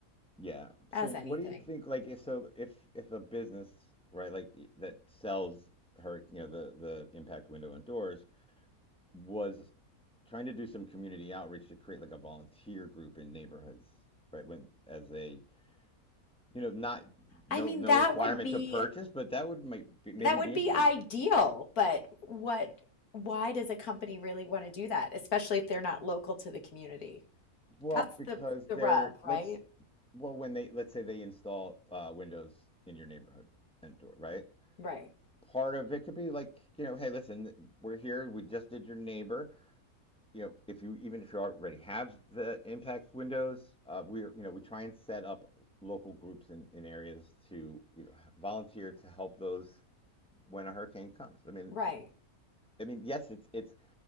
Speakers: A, in the centre; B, on the left (about 80°).
A: yeah. So
B: as
A: what
B: anything.
A: do you think like if so if if a business, right, like that sells her, you know, the the impact window and doors was trying to do some community outreach to create like a volunteer group in neighborhoods, right? When as a you know not no
B: I mean,
A: no
B: that
A: requirement
B: would be
A: to purchase, but that would might be, maybe
B: That would
A: be
B: be
A: interesting.
B: ideal, but what, why does a company really want to do that, especially if they're not local to the community?
A: Well,
B: That's
A: because
B: the the
A: they're
B: rub, right?
A: let's well when they let's say they install uh, windows in your neighborhood and door, right?
B: Right.
A: Part of it could be like you know hey listen we're here we just did your neighbor you know, if you even if you already have the impact windows, uh, we you know we try and set up local groups in, in areas to you know volunteer to help those when a hurricane comes. I mean,
B: Right.
A: I mean yes, it's it's